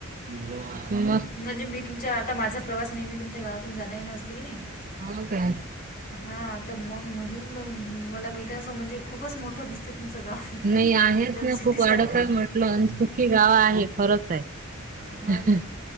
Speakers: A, on the right; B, on the left.
A: हो
B: म्हणजे मी तुमचा आता माझा प्रवास नेहमी तुमच्या गावातून जाण नसते की नाही.
A: होा का?
B: हा आता मग म्हणून बघ मला माहिती आहे असं म्हणजे खूपच मोठं दिसते तुमचं गाव
A: नाही आहेच
B: एकदम
A: ना
B: सिटीच
A: खूप वाडत
B: वाटते.
A: आहे म्हटलं अनसुखी गाव आहे खरंच आहे. ह
B: हो ना.
A: ह